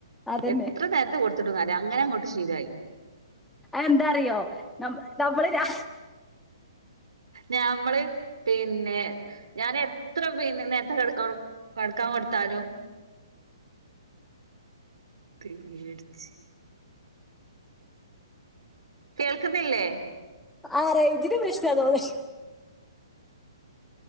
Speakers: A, in the centre; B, on the right.
A: അതന്നെ
B: എത്ര നേരത്തെ കൊടുത്തിട്ടും കാര്യല്ല അങ്ങനെ അങ്ങോട്ട് ശീലായി
A: അയ്എന്താറിയോ ന നമ്മള് രാ
B: ഞാമ്മള് പിന്നെ ഞാൻ എത്ര പിന്നെ നേരത്തെ ഒറ കടക്കാൻ കൊടുത്താലും പേടിച്ച് കേൾക്കുന്നില്ലേ
A: ആ റെയ്ഞ്ചിന്റെ പ്രശ്നതോന്ന്